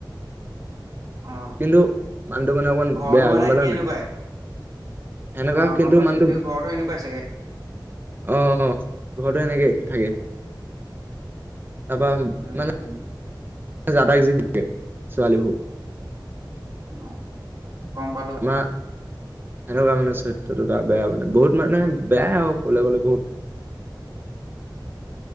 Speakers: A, on the right (about 45°); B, on the right (about 25°).
A: অ
B: কিন্তু মানুহটো কাৰে অকমান
A: ঘৰটো
B: বেয়া,
A: মানে
B: গম পালে
A: সি এনেকুৱাই
B: নাই। সেনেকুৱা
A: অ
B: কিন্তু
A: গম পাইছো
B: মানুটো
A: সি ঘৰটো এনেকুৱাই চাগে
B: আহ ঘৰটো সেনেকেই। থাকে তাৰপা
A: উম
B: মানে
A: উম
B: যাটাক যি টি কয় ছোৱালী ভোক।
A: অঁ, গম পালো।
B: আমাৰ সেনেকুৱা মানে চৰিত্ৰটো তাৰ বেয়া মানে বহুত মানে বেয়াই আৰু ক'বলে গ'লে বহুত।
A: <inaudible>